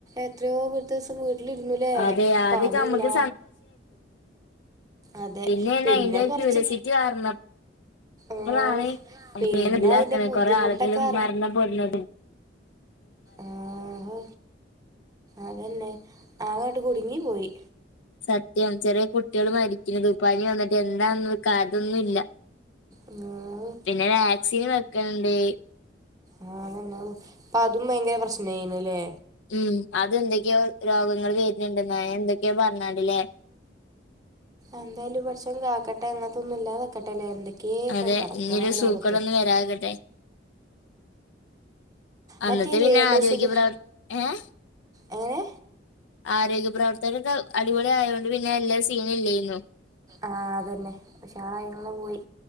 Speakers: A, on the right; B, on the left.
A: എത്രയോ ദിവസം വീട്ടിലിരുന്നലേ
B: അതെ ആദ്യൊക്കെ
A: പണില്ല
B: നമ്മക്ക്
A: അതെ
B: പിന്നെയല്ല
A: പിന്നെ
B: അയിന്റെ
A: കൊറച്ച്
B: ക്യൂരിയോസിറ്റി കാരണം
A: ഓഹ്
B: അപ്പളാണ് നമുക്ക്
A: പിന്നെ
B: ന്ന ഇല്ലാക്കണ
A: അതിന്റെ ബുദ്ധിമുട്ടൊക്കെ
B: കൊറെ ആളുകളും മരണം പെടുന്നത്
A: ആഹോ അതന്നെ അങ്ങോട്ട് കുടുങ്ങി പോയി
B: സത്യം ചെറിയ കുട്ടികൾ മരിക്കുന്നത് പനി വന്നിട്ട് എന്താ അതൊന്നുമല്ല
A: ആഹ്
B: പിന്നെ വാക്സിന് വെക്കണണ്ട്
A: ആഹ അതന്നാ ഇപ്പ അതും ഭയങ്കര പ്രശ്നായിനല്ലേ
B: ഉം അതെന്തൊക്കെയോ രോഗങ്ങൾ വരുന്നുണ്ടെന്ന എന്തൊക്കെയോ പറഞ്ഞണാടില
A: എന്തായാലും പടച്ചോൻ കാക്കട്ടെ അങ്ങനത്തൊന്നും ഇല്ലാതൊക്കട്ടെല്ലേ എന്തൊക്ക ഒക്കെ ഇപ്പൊ
B: അതെ
A: നടത്തണത്
B: ഇനിയൊരു സൂക്കേടൊന്നും
A: ലോകത്ത്
B: വരാതിരിക്കട്ടെ അന്നത്തെ
A: മറ്റേ
B: പിന്നെ
A: രേണു
B: ആരോഗ്യ
A: സുധി
B: പ്രവർ ഏഹ്
A: എങ്ങനെ
B: ആരോഗ്യ പ്രവർത്തകർക്ക അടിപൊളി ആയതോണ്ട് പിന്നെ എല്ലാ സീനല്ലേന്നു
A: ആഹ അതന്നെ പക്ഷെ ആളായി ഇങ്ങെ പോയി